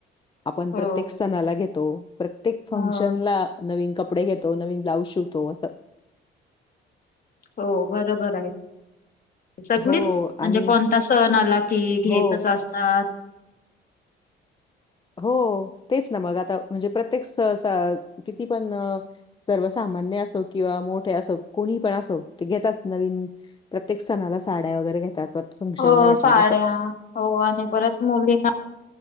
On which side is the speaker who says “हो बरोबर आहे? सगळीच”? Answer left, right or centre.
Left